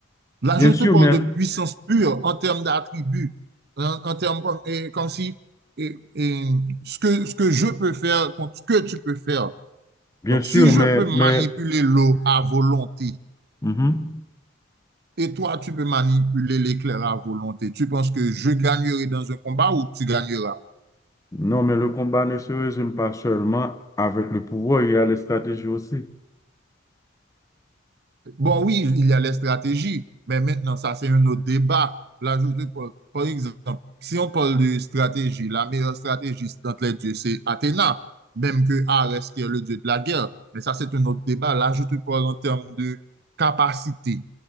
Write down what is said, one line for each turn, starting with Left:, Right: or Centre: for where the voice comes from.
Right: Là,
Left: Bien
Right: je te
Left: sûr,
Right: parle
Left: mais,
Right: de puissance pure en termes d'attributs, en, en termes comme, et, comme si et, et ce que, ce que je peux faire contre ce que tu peux faire.
Left: bien
Right: Donc,
Left: sûr,
Right: si je
Left: mais,
Right: peux manipuler
Left: mais,
Right: l'eau à volonté
Left: mhm.
Right: et toi, tu peux manipuler l'éclair à volonté, tu penses que je gagnerai dans un combat ou tu gagneras?
Left: Non, mais le combat ne se résume pas seulement avec le pouvoir, il y a les stratégies aussi.
Right: Bon, oui, il y a les stratégies, mais maintenant, ça, c'est un autre débat. Là, je te parle- par exemple, si on parle de stratégie, la meilleure stratégie entre les dieux, c'est Athéna, même que Arès, qui est le dieu de la guerre. Mais ça, c'est un autre débat. Là, je te parle en termes de capacité,